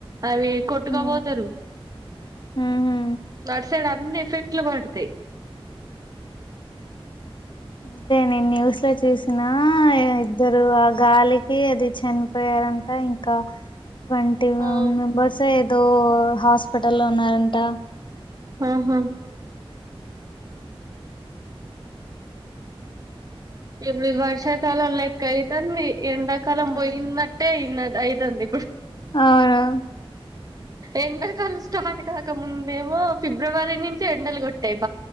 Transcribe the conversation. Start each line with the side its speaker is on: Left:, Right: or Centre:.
Right: అవి
Left: ఉహు,
Right: కొట్టుకపోతరు
Left: ఉహు.
Right: అటు సైడ్ అన్ని ఎఫెక్ట్లు పడతయ్
Left: అదే నేను న్యూస్లో చూసిన ఆ ఇద్దరు ఆ గాలి ఏ అది చనిపోయారంట ఇంకా ట్వంటీ
Right: ఆ
Left: మెంబర్స్ ఏదో హాస్ హాస్పిటల్లో ఉన్నారంట
Right: ఆహా ఇప్పుడు ఇది వర్షాకాలం లైక్కాయితంది ఎండాకాలం
Left: ఉ
Right: పోయినట్టే ఇన అయితంది
Left: అవును
Right: ఎండకాలం స్టార్ట్ కాకముందేమో ఫిబ్రవరి నుంచె ఎండలు కొట్టేద్